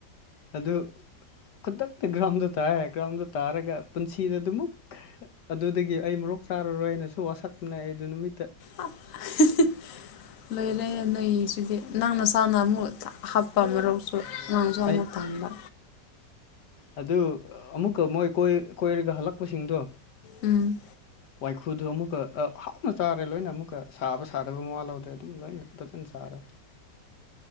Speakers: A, on the left; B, on the left.
A: ꯑꯗꯨ ꯈꯨꯗꯛꯇ ꯒ꯭ꯔꯥꯎꯟꯗ ꯇꯥꯔꯦ ꯒ꯭ꯔꯥꯎꯟꯗ ꯇꯥꯔꯒ ꯄꯨꯟꯁꯤꯗ ꯑꯗꯨꯃꯨꯛ ꯑꯗꯨꯗꯒꯤ ꯑꯩ ꯃꯣꯔꯣꯛ ꯆꯥꯔꯔꯣꯏꯅꯁꯨ ꯋꯥꯁꯛꯄꯅꯦ ꯑꯗꯨ ꯅꯨꯃꯤꯠꯇ
B: ꯑꯥ <unintelligible> ꯂꯣꯏꯔꯦꯍꯦ ꯅꯣꯏꯁꯤꯗꯤ ꯅꯪ ꯅꯁꯥꯥꯅ ꯑꯃꯨꯛ ꯍꯥꯞ ꯄꯥ ꯃꯔꯣꯛꯁꯨ ꯅꯪꯁꯨ ꯑꯃꯨꯛ
A: ꯑꯩ
B: ꯇꯪꯕ
A: ꯑꯗꯨ ꯑꯃꯨꯛꯀ ꯃꯣꯏ ꯀꯣꯏ ꯀꯣꯏꯔꯒ ꯍꯜꯂꯛꯄꯁꯤꯡꯗꯣ
B: ꯎꯝ
A: ꯋꯥꯏꯈꯨꯗꯨ ꯑꯃꯨꯛꯀ ꯑ ꯍꯥꯎꯅ ꯆꯥꯔꯦ ꯂꯣꯏꯅ ꯑꯃꯨꯛꯀ ꯁꯥꯕ ꯁꯥꯗꯕ ꯃꯋꯥ ꯂꯧꯗꯦ ꯂꯣꯏꯅ ꯇꯆꯟ ꯆꯥꯔꯦ